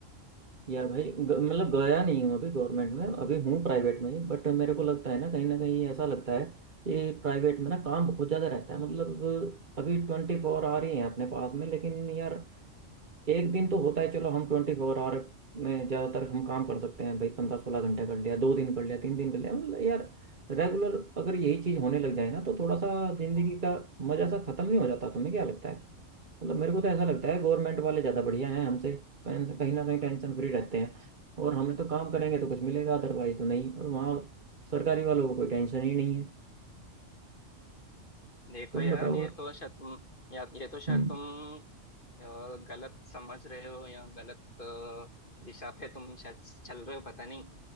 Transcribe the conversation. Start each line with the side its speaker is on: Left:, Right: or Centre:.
Right: यार भाई ग- मतलब गया नहीं हूँ अभी गवर्नमेंट में अभी हूँ प्राइवेट में ही बट मेरे को लगता है ना कहीं ना कहीं ऐसा लगता है कि प्राइवेट में ना काम बहुत ज़्यादा रहता है मतलब अभी ट्वेंटी फोर आवर ही है अपने पास में लेकिन यार एक दिन तो होता है चलो हम ट्वेंटी फोर आवर में ज़्यादातर हम काम कर सकते हैं भाई पंद्रह सोलह घंटे कर लिया दो दिन कर लिया तीन दिन कर लिया मतलब यार रेगुलर अगर यही चीज़ होने लग जाए ना तो थोड़ा सा जिंदगी का मज़ा सा खत्म नहीं हो जाता तुम्हें क्या लगता है मतलब मेरे को तो ऐसा लगता है गवर्नमेंट वाले ज़्यादा बढ़िया हैं हमसे कहीं कहीं ना कहीं टेंशन फ्री रहते हैं और हमें तो काम करेंगे तो कुछ मिलेगा अदरवाइज तो नहीं और वहाँ सरकारी वालों को कोई टेंशन ही नहीं है
Left: देखो
Right: तुम
Left: यार
Right: बताओ
Left: ये
Right: और
Left: तो शायद तुम या ये तो शायद
Right: हम्म
Left: तुम अ, गलत समझ रहे हो या गलत अ, दिशा पे तुम शायद चल रहे हो पता नहीं